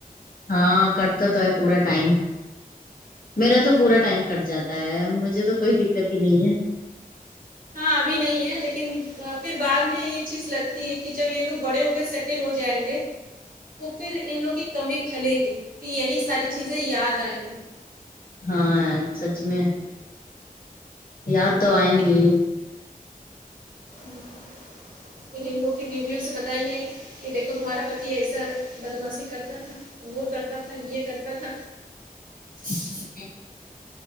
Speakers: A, on the left; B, on the right.
A: ہاں کٹتا تو ہے پورا ٹائم میرا
B: ہوں
A: تو پورا ٹائم کٹ جاتا بتا ہے مجھے تو کوئی دقت ہی نہیں ہے
B: ہاں ابھی نہیں ہے لیکن پھر بعد میں یہ چیز لگتی ہے کہ جب یہ لوگ بڑے ہو کے سیٹ تل ہو جائیں گے تو پھر انن لوگ کی کمی کھلیگی کہ یہی ساری چیزیں یاد آئیں گی
A: ہاں یار سچ میں یاد تو آئیں گی
B: ہوں پھر ہندوؤ کی بیویوں سے بتائیں گے کہ دیکھو تمہارا پتی ایسا بدماشی کرتا تھا وہ کرتا تھا یہ کرتا تھا <inaudible>
A: <unintelligible>